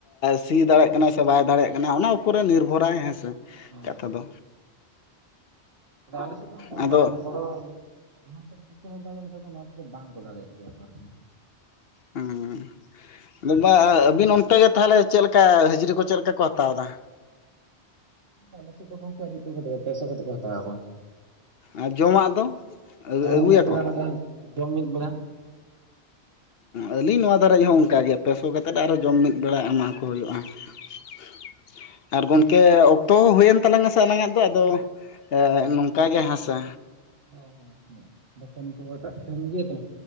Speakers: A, on the left (about 65°); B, on the right (about 60°).
A: ᱥᱤ ᱫᱟᱲᱮᱭᱟᱜ ᱠᱟᱱᱟᱭ ᱥᱮ ᱵᱟᱭ ᱫᱟᱲᱮᱭᱟᱜ ᱠᱟᱱᱟ ᱚᱱᱟ ᱩᱯᱟ. ᱨ ᱨᱮ ᱱᱤᱨᱵᱷᱚᱨᱟᱭ ᱦᱮᱸᱥᱮ
B: ᱦᱮᱸ
A: ᱠᱟᱛᱷᱟ ᱫᱚ
B: ᱟᱞᱮᱥᱮᱫ ᱫᱚ
A: ᱟᱫᱚ
B: ᱢᱟᱱᱮ ᱦᱚᱸ <unintelligible> ᱱᱚᱣᱟ ᱠᱚᱫᱚ ᱵᱟᱝᱠᱚ ᱫᱟᱲᱮᱭᱟᱜ ᱜᱮᱭᱟ ᱠᱚ ᱟᱨᱠᱤ
A: ᱦᱩᱸ-ᱦᱩᱸ ᱫᱟᱫᱟ ᱟᱹᱵᱤᱱ ᱚᱱᱛᱮ ᱜᱮ ᱛᱟᱦᱚᱞᱮ ᱪᱮᱫ ᱞᱮᱠᱟ ᱦᱟᱹᱡᱨᱤ ᱠᱚ ᱪᱮᱫ ᱞᱮᱠᱟ ᱠᱚ ᱦᱟᱛᱟᱣ ᱮᱫᱟ?
B: ᱟᱞᱮ ᱥᱮᱫ ᱫᱚ ᱜᱚᱝᱠᱮ ᱟᱹᱰᱤ ᱩᱛᱟ. ᱨ <unintelligible> ᱯᱟᱭᱥᱟ ᱠᱟᱛᱮᱫ ᱠᱚ ᱦᱟᱛᱟᱣ ᱟᱠᱚ
A: ᱟᱨ ᱡᱚᱢᱟᱜ ᱫᱚ ᱟᱹ
B: ᱡᱚᱢ
A: ᱟᱹᱜᱩᱭ
B: ᱢᱤᱫ
A: ᱟᱠᱚ?
B: ᱵᱮᱲᱟ ᱞᱟᱜᱟᱜᱼᱟ ᱡᱚᱢ ᱢᱤᱫ ᱵᱮᱲᱟ
A: ᱟᱹᱞᱤᱧ ᱱᱚᱣᱟ ᱫᱷᱟᱨᱮ ᱦᱚᱸ ᱚᱱᱠᱟᱜᱮ ᱯᱮ ᱥᱚ ᱠᱟᱛᱮᱫ ᱟᱨᱦᱚᱸ ᱡᱚᱢ ᱢᱤᱫ ᱵᱮᱲᱟ ᱮᱢᱟ ᱠᱚ ᱦᱩᱭᱩᱜᱼᱟ <unintelligible> ᱟᱨ ᱜᱚᱝᱠᱮ ᱚᱠᱛᱚ ᱦᱩᱭ ᱮᱱ ᱛᱟᱞᱟᱝ-ᱟ ᱥᱮ ᱟᱞᱟᱝ-ᱟᱜ
B: ᱦᱮᱸ
A: ᱫᱚ ᱮᱸ
B: ᱟᱫᱚ
A: ᱱᱚ... ᱚᱠᱟᱜᱮ ᱦᱮᱸ ᱥᱮ
B: ᱦᱮᱸ ᱦᱮᱸ ᱟᱪᱷᱟ ᱫᱚᱠᱟᱱ ᱠᱚᱦᱚᱸ ᱮᱴᱟᱜ ᱴᱷᱮᱱ ᱜᱤ ᱛᱟᱸᱦ......